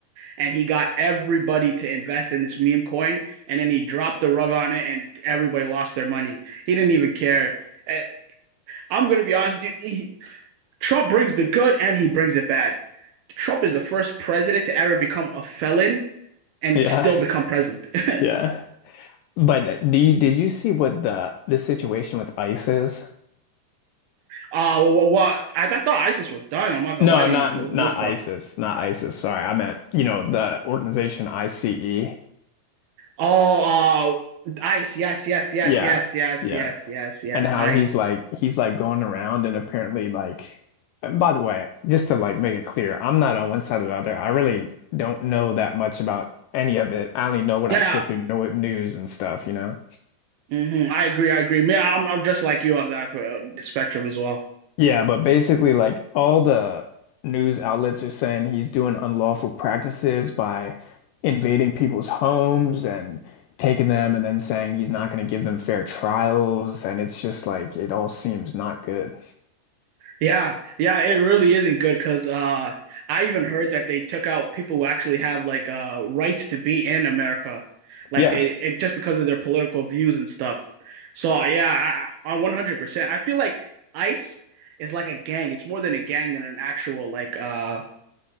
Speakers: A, on the right (about 75°); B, on the left (about 80°).
A: and he got everybody to invest in this meme coin. And then he dropped the rug on it and everybody lost their money. He didn't even care. Uh, I'm going to be honest with you. Trump brings the good and he brings the bad. Trump is the first president to ever become a felon and
B: Yeah.
A: still become president.
B: Yeah.
A: <laughs>
B: But do you did you see what the the situation with ICE is?
A: Uh, well, well I, I thought ISIS was done. I'm not gonna
B: No,
A: lie to
B: not
A: you for the
B: not
A: most
B: ISIS,
A: part.
B: not ISIS. Sorry, I meant, you know, the organization ICE.
A: Oh, uh, ICE, yes, yes, yes,
B: Yeah.
A: yes, yes,
B: Yeah.
A: yes, yes, yes,
B: And how
A: ICE.
B: he's like he's like going around and apparently like and by the way, just to like make it clear, I'm not on one side or the other. I really don't know that much about any of it. I only know what
A: Yeah,
B: I hear through no news and stuff, you know?
A: mhm, I agree, I agree. Yeah, I'm, I'm just like you on that uh, the spectrum as well.
B: Yeah, but basically, like all the news outlets are saying he's doing unlawful practices by invading people's homes and taking them and then saying he's not going to give them fair trials. And it's just like it all seems not good.
A: Yeah, yeah, it really isn't good because uh, I even heard that they took out people who actually have like uh, rights to be in America, like
B: Yeah.
A: they it, just because of their political views and stuff. So uh, yeah, I, I 100%. I feel like ICE is like a gang. It's more than a gang than an actual like uh